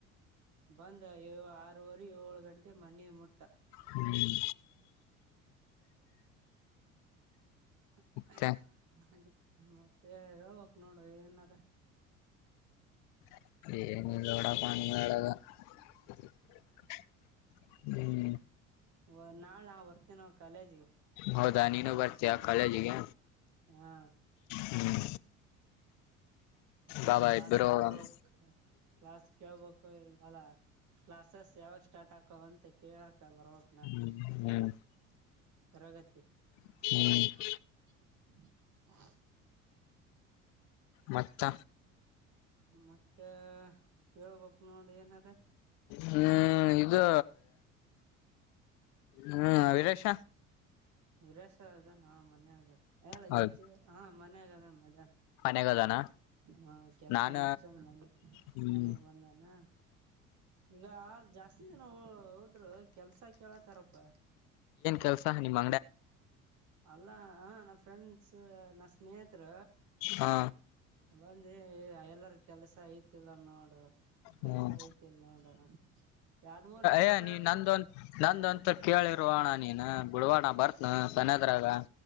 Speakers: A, on the right; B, on the left.
A: ಬಂದ ಯೋ ಆ ಆರುವರೆ ಏಳು ಗಂಟೆ ಮನೆ ಮುಟ್ಟ
B: ಹ್ಮ್
A: <unintelligible>
B: ಮತ್ತೆ
A: ಮತ್ತೆ ಹೇಳ್ಬೇಕ್ ನೋಡು ಏನಾರ
B: <inaudible> <unintelligible> ಹ್ಮ್
A: ವ ನಾಳೆ ನಾ ಬರ್ತೇನೋ ಕಾಲೇಜಿಗೆ
B: ಹೌದಾ ನೀನು ಬರ್ತೀಯ ಕಾಲೇಜಿಗೆ
A: ಹಾ
B: ಹ್ಮ್
A: ಅದೇ
B: ಬಾಬಾ
A: ಕ್ಲಾಸ್
B: ಇಬ್ಬರು ಹೋಗಮ್
A: ಕೇಳ್ಬಕ್ ಕ್ಲಾಸ್ ಕೇಳ್ಬಕ್ ಅಲ್ಲ ಕ್ಲಾಸಸ್ ಯಾವಾಗ ಸ್ಟಾರ್ಟ್ ಆಕವ್ ಅಂತ ಕೇಳಕ್ ಬರ್ಬಕನ
B: ಹ್ಮ್ ಹ್ಮ್
A: ತರಗತಿ
B: ಹ್ಮ್
A: <inaudible>
B: ಮತ್ತ
A: ಮತ್ತ ಹೇಳ್ಬೇಕು ನೋಡ ಏನರ
B: ಹ್ಮ್ ಇದು ಹ್ಮ್ ವಿರೇಶ
A: ವಿರೇಶ ಅದಾನಾ ಮನ್ಯಾಗ ಆ ಇಲ್ಲ
B: ಹೌದು
A: ಈಗ ಜ ಹಾ ಮನ್ಯಾಗದಾನ ಮದ
B: ಮನೆಗದಾನ
A: ಹಾ ಕೆಲ್ಸ
B: ನಾನ
A: ಮುಗ್ಸಂದ ಮನೆ
B: ಹ್ಮ್
A: ಮನೀಗ್ ಬಂದಾನ ಈಗ ಜಾಸ್ತಿ ದಿನ ಹುಡ್ರು ಕೆಲ್ಸ ಕೇಳತಾರಪ್ಪ
B: ಕೆಲಸ ನಿಮ್ಮ
A: ಅಲ್ಲಾ ನಾ ಫ್ರೆಂಡ್ಸ್ ನಾ ಸ್ನೇಹತ್ರ
B: ಹ
A: ಬಂದೀ ಎಲ್ಲರ ಕೆಲ್ಸ ಐತಿಲ್ಲ ನೋಡು ಕೆಲ್ಸ
B: ಹ್ಮ್
A: ಐತಿಲ್ ನೋಡ ಎರಡ್ ಮೂರ್ ಜನ
B: ಏ
A: ಕೇಳತಾರಪ್ಪ
B: ನೀ ನಂದು ನಂದಂತ ಕೇಳಿರೋ ಅಣಾ ನೀನು ಬಿಡೋಣ ಬರ್ತ್ನ ಸನೇದ್ರಾಗ